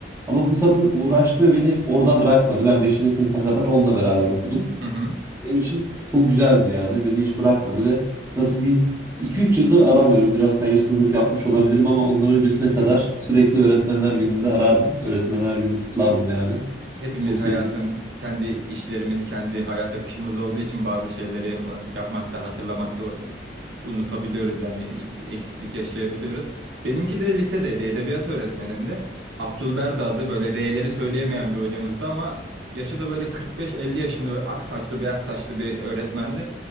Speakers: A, on the right (about 15°); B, on the right (about 75°).
A: Ama bu kadın uğraştı ve beni orada bırakmadı. Ben beşinci sınıfa kadar onunla beraber okudum.
B: Hı hı.
A: Benim için çok güzeldi yani. Beni hiç bırakmadı ve nasıl diyeyim iki üç yıldır aramıyorum. Biraz hayırsızlık yapmış olabilirim ama ondan öncesine kadar sürekli öğretmenler gününde arardım. Öğretmenler günü kutlardım yani.
B: Hepimiz
A: Çok sevdiğim
B: hayatın kendi işlerimiz, kendi hayat akışımız olduğu için bazı şeyleri o- yapmakta, hatırlamakta o- unutabiliyoruz yani eksiklik yaşayabiliyoruz. Benimki de lisedeydi, edebiyat öğretmenimdi. Abdülberdi adı böyle R'leri söyleyemeyen bir hocamızdı ama yaşı da böyle 45-50 yaşında ve ak saçlı, beyaz saçlı bir öğretmendi.